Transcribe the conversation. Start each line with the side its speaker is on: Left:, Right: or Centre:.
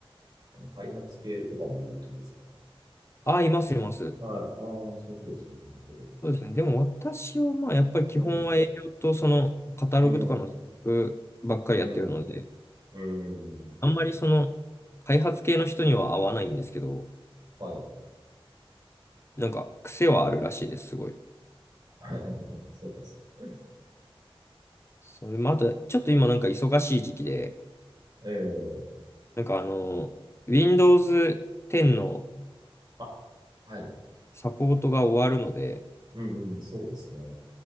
Right: あの開発系とかもいるってことですか
Left: あ、います、います。
Right: はい。ああ、そういうことですね。なるほど。う
Left: そうですね。でも私はまあやっぱり基本は営業とそのカタログとかの企画ばっかりやってるので、
Right: ん。うん。うん。うん。うん。うんうん
Left: あんまりその開発系の人には合わないんですけど、
Right: はい。
Left: なんか癖はあるらしいです、すごい。
Right: <laughs> そうなんですね。
Left: そう、まあ、あとちょっと今なんか忙しい時期で、
Right: ええ
Left: なんかあの、Windows 10の
Right: あ、はい。
Left: サポートが終わるので、
Right: うんうん、そうですね。